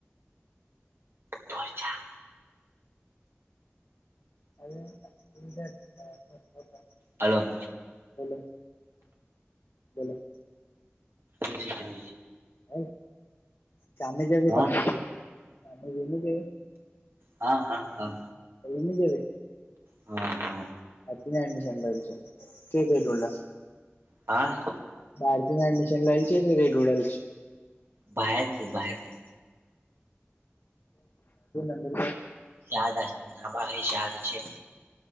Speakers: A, on the right; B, on the left.
A: ધરજા.
B: <unintelligible>
A: હલોો.
B: બલો. બલો.
A: ન શી જ ન.
B: હ સામે જવી
A: હા
B: તમે સામે જને જ.
A: હા હા હા.
B: એમ જેવે.
A: હ હા.
B: તશન છે કેટુંળ.
A: હા.
B: બાર ને એડમિશન લેલ છે કે રેડ ઉડેલ.
A: બહારથી બહારથી.
B: નંદરગ.
A: શાજા શાદાબા હ શાજ છેક.